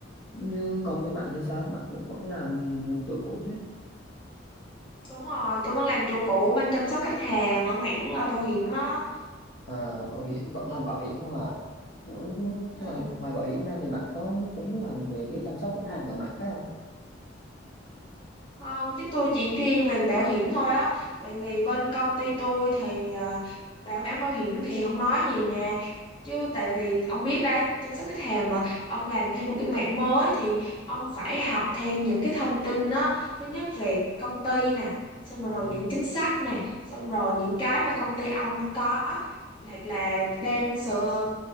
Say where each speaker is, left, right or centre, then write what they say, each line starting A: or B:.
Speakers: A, on the left; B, on the left.
A: như còn mấy bạn thì sao bạn cũng vẫn làm chỗ cũ chứ
B: Đúng rồi, tôi vẫn làm chỗ cũ bên chăm sóc khách hàng ở mảng là bảo hiểm á.
A: à, bảo hiểm vẫn làm bảo hiểm không à Cũng-
B: Ừ.
A: ngoài ngoài bảo hiểm ra thì bạn có tính làm về cái chăm sóc khách hàng ở mạng khác không
B: Um, chứ tôi chỉ chuyên về bảo hiểm thôi á. Tại vì bên công ty tôi thì à, bảo bán bảo hiểm thì không nói gì nha. Chứ tại vì ông biết đấy, chăm sóc khách hàng mà ông làm thêm một cái mảng mới thì ông phải học thêm những cái thông tin á. Thứ nhất về công ty nè, xong rồi
A: Ừ.
B: những chính sách nè, xong rồi những cái mà công ty ông có hoặc là đang sửa